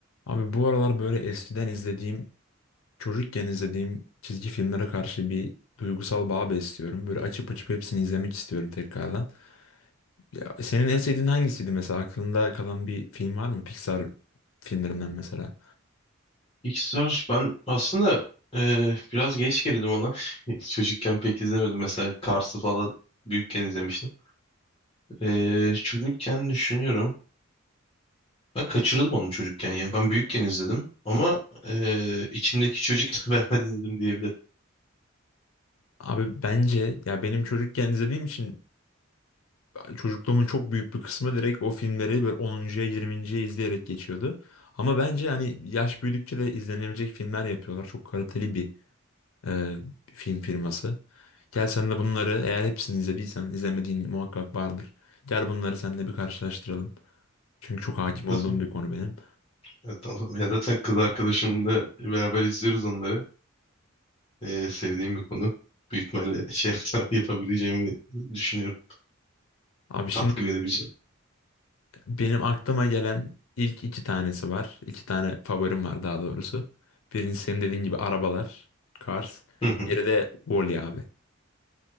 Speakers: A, on the left; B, on the left.
A: Abi bu aralar böyle eskiden izlediğim, çocukken izlediğim çizgi filmlere karşı bir duygusal bağ besliyorum. Böyle açıp açıp hepsini izlemek istiyorum tekrardan. Ya senin en sevdiğin hangisiydi mesela? Aklında kalan bir film var mı? Pixar filmlerinden mesela.
B: Pixar ben aslında e, biraz geç girdim ona. <laughs> Çocukken pek izlemedim. Mesela Cars'ı falan büyükken izlemiştim. E, çocukken düşünüyorum. Ben kaçırdım onu çocukken ya. Ben büyükken izledim. Ama e, içimdeki çocukla <laughs> beraber izledim diyebilirim.
A: Abi bence ya benim çocukken izlediğim için çocukluğumun çok büyük bir kısmı direkt o filmleri böyle 10.ya 20.ye izleyerek geçiyordu. Ama bence hani yaş büyüdükçe de izlenebilecek filmler yapıyorlar. Çok kaliteli bir e, film firması. Gel sen de bunları eğer hepsini izlediysen izlemediğin muhakkak vardır. Gel bunları seninle bir karşılaştıralım. Çünkü çok hakim
B: Nasıl?
A: olduğum bir konu benim.
B: Evet, tamam. Ya zaten kız arkadaşımla beraber izliyoruz onları. Ee, sevdiğim bir konu. Büyük ihtimalle şey yapsam- <laughs> yapabileceğimi düşünüyorum.
A: Abi şimdi
B: Katkı verebileceğim.
A: Benim aklıma gelen ilk iki tanesi var. İki tane favorim var daha doğrusu. Birincisi senin dediğin gibi arabalar, Cars.
B: Hı hı.
A: Diğeri de Wall-E abi.